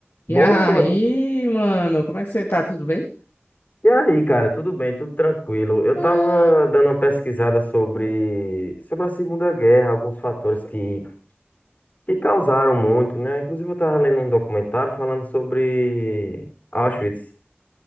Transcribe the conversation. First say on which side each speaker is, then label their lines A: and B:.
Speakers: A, on the left (about 40°); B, on the left (about 60°).
A: Bom,
B: E aí, mano, como é que você tá? Tudo bem?
A: e aí, cara? Tudo bem? Tudo tranquilo? Eu
B: Ah,
A: tava dando uma pesquisada sobre, sobre a Segunda Guerra, alguns fatores que, que causaram muito, né? Inclusive, eu tava lendo um documentário falando sobre Auschwitz.